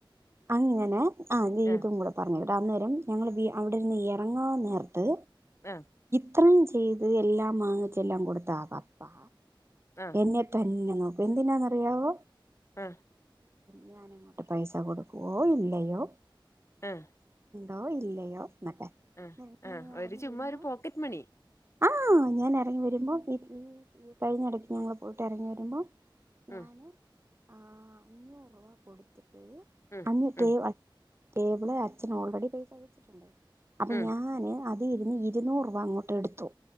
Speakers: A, on the right (about 30°); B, on the left (about 30°).
A: അ <inaudible> ഇങ്ങനെ ആ ലീതും
B: ആഹ്
A: കൂടെ പറഞ്ഞ അന്നേരം ഞങ്ങൾ അവിടെരുന്ന് ഇറങ്ങാൻ നേർത്ത്
B: ആഹ
A: അത്രയും ചെയ്ത് എല്ലാം വാങ്ങിച്ച എല്ലാം കൊടുത്താ അപ്പാ
B: ആഹ്
A: എന്നെതന്നെ നോ അപ്പൊ <inaudible> എന്തിനാെന്നറിയാവോ
B: ആഹ
A: ഞാനങ്ങോട്ട് പൈസ കൊടുക്കുവോ ഇല്ലയോ
B: ആഹ
A: ആോ ഇല്ലയോ എന്നൊക്കെ
B: ആ
A: ഞാൻ
B: ആ
A: ഇറങ്ങി
B: ഒരു ചുമ്മാ
A: വരുമ്പോ
B: ഒരു പോക്കറ്റ് മണി
A: ആ... ഞാൻ ഇറങ്ങി വരുമ്പോൾ ഈ ഈഈ കഴിഞ്ഞ ഇടയ്ക്ക് ഞങ്ങൾ പോയിട്ട് ഇറങ്ങി വരുമ്പോൾ. ഞാന്
B: ഉം
A: ആ.. ഹ അഞ്ഞൂറ് രൂപ കൊടുത്ത്.
B: ഉം
A: അ ന്നിട്ട്
B: ഉം
A: ടേബിള് അച്ഛന് ഓൾറെഡി പൈസ വെച്ചിട്ടുണ്ട് അപ്പൊ
B: ഉം
A: ഞാന് അതി ഇരുന്ന് ഇരുന്നൂറ് രൂപ അങ്ങോട്ട് എടുത്തു